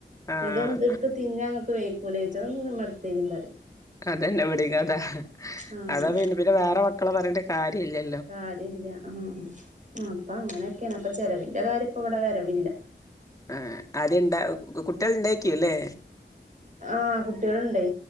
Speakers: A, on the left; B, on the right.
A: ആഹ്
B: ഇതൊന്നും ഇതടുത്ത് തിന്ന അങ്ങക്ക് വേക്കൂലച്ച ഒന്ന്മ്മ ത്തേരി പറിം
A: അതന്നെ എവിടിം കഥ
B: ആഹ്
A: അതാ പിന്നെ പിന്നെ വേറെ മക്കളെ പറഞ്ഞിട്ട് കാര്യം ഇല്ല
B: കാര്യ ഇല്ല ആഹ് അപ്പൊ അങ്ങനെയൊക്കെയാണ് അപ്പൊ ചെലവിന്റെ കാര്യം ഇപ്പ ഇവിടെ വരവില്ല
A: ആഹ് അത്ണ്ടാ കുട്ടിൾ ഇണ്ടായിറ്റ്ല്ലല്ലേ
B: ആഹ് കുട്ടികൾഡേ